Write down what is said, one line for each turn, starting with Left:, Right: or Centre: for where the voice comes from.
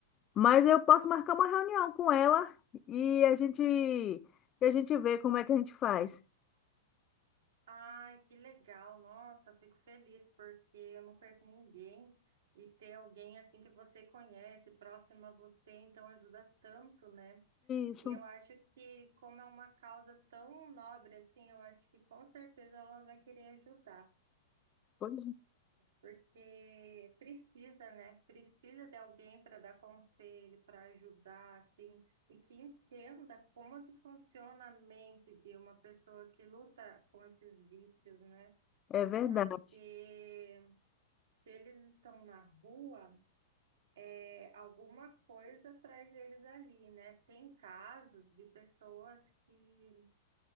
Left: mas eu posso marcar uma reunião com ela e a gente, e a gente vê como é que a gente faz.
Right: Ai, que legal, nossa, eu fico feliz porque eu não conheço ninguém e ter alguém assim que você conhece, próximo a você, então ajuda tanto, né?
Left: Isso,
Right: E eu acho que como é uma causa tão nobre assim, eu acho que com certeza ela vai querer ajudar,
Left: pois
Right: porque precisa, né? Precisa de alguém para dar conselho, para ajudar, assim, e que entenda como que funciona a mente de uma pessoa que luta com esses vícios, né?
Left: é É verdade.
Right: Porque se eles estão na rua, é, alguma coisa traz eles ali, né? Tem casos de pessoas que,